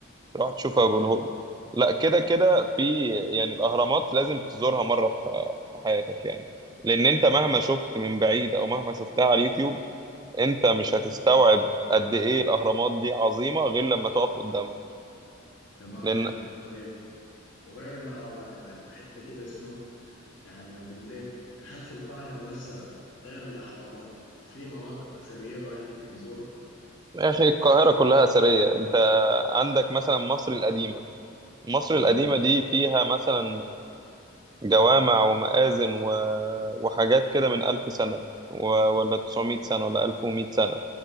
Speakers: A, on the right (about 20°); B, on the left (about 70°).
A: تروح تشوف
B: تمام
A: ابو الهول لا كده كده في يعني الاهرامات لازم تزورها مره في في حياتك يعني لان انت مهما شفت من بعيد او مهما شفتها على اليوتيوب انت مش هتستوعب قد ايه الاهرامات دي عظيمه غير لما تقف قدامها
B: تمام
A: لان
B: حلو طيب وغير الاهرامات يا معلم حته كده شنو يعني اقول لك هل في القاهره نفسها غير الاهرامات في مناطق اثريه الواحد ممكن يزورها
A: يا اخي القاهره كلها اثريه انت عندك مثلا مصر القديمه مصر
B: تمام
A: القديمه دي فيها مثلا جوامع ومآذن و... وحاجات كده من 1000 سنه و... ولا 900 سنه ولا 1100 سنه